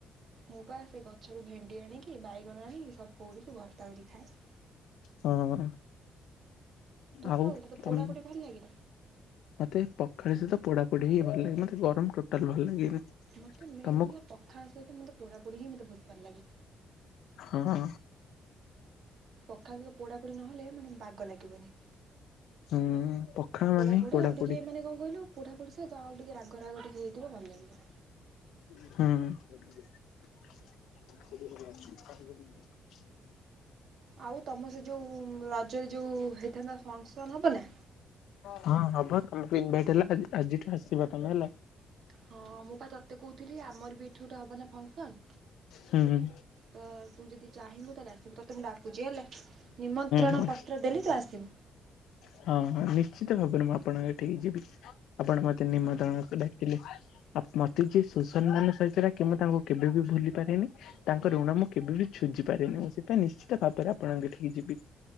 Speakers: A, on the right; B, on the left.
A: ମୁଁ ପା ସେ ଗଛରୁ ଭେଣ୍ଡି ଆଣିକି ବାଇଗଣ ଆଣିକି ସବୁ ପୋଡି କି ଭର୍ତ୍ତା କରିକି ଖାଏ।
B: ହଁ।
A: ତୁ
B: ଆଉ
A: ଖାଉ ତତେ
B: ତମ
A: ପୋଡା ପଡ଼ି ଭଲ ଲାଗେ।
B: ମତେ ପଖାଳ ସହିତ ପୋଡା ପୋଡି ହି ଭଲ ଲାଗେ ମତେ ଗରମ ଟୋଟାଲ ଭଲ ଲାଗେନି।
A: ମୋତେ ମେନ
B: ତମକୁ
A: ପଖାଳ ସହିତ ମୋତେ ପୋଡା ପୋଡ଼ି ହିଁ ମୋତେ ବହୁତ ଭଲ ଲାଗେ।
B: ହଁ।
A: ପଖାଳ ସହିତ ପୋଡ଼ାପୋଡ଼ି ନହେଲେ ମାନେ ବାଗ ଲାଗିବନି।
B: ହୁଁ ପଖାଳ
A: ପୋଡ଼ା
B: ମାନେ
A: ପୋଡି
B: ପୋଡାପୋଡି
A: ଆଉ ଟିକେ ମାନେ କଣ କହିଲୁ ପୋଡ଼ା ପୋଡି ସହିତ ଆଉ ଟିକେ ରାଗ। ରାଗ ରାଗ ଟିକେ ହେଇଥିବ ଭଲ ଲାଗିବ।
B: ହୁଁ।
A: ଆଉ ତମ ସେ ଯୋଉ ରଜରେ ଯୋଉ ହେଇଥାନ୍ତା ଫଙ୍କସନ ହବ ନା।
B: ହଁ ହବ ତମକୁ ଇନଭାଇଟ ହେଲା ଆଜିଠୁ ଆସିବ ତମେ ହେଲା।
A: ହଁ ମୁଁ ପା ତତେ କହୁଥିଲି ଆମର ବି ଏଠୁ ଗୋଟେ ହବ ନା ଫଙ୍କସନ।
B: ହୁଁ ହୁଁ
A: ତ ତୁ ଯଦି ଚାହିଁବୁ ତାହେଲେ ଆସିବୁ ତତୋ ମୁଁ ଡାକୁଚି ହେଲା। ନିମନ୍ତ୍ରଣ
B: ହୁଁ
A: ପତ୍ର ଦେଲି ତୁ ଆସିବୁ।
B: ହଁ ହଁ ନିଶ୍ଚିତ ଭାବରେ ମୁଁ ଆପଣଙ୍କ ଏଠି ଯିବି ଆପଣ ମତେ ନିମନ୍ତ୍ରଣ
A: ହଁ
B: କଲେ। ଆ ମତେ ଯିଏ ସୁ ସମ୍ମାନ ସହିତ ଡାକେ ମୁଁ ତାଙ୍କୁ କେବେ ବି ଭୁଲି ପାରିନି। ତାଙ୍କର ଋଣ ମୁଁ କେବେ ବିି ସୁଜି ପାରେନି ମୁଁ ସେଥିପାଇଁ ନିଶ୍ଚିତ ଭାବରେ ଆପଣଙ୍କ ଏଠିକି ଯିବି।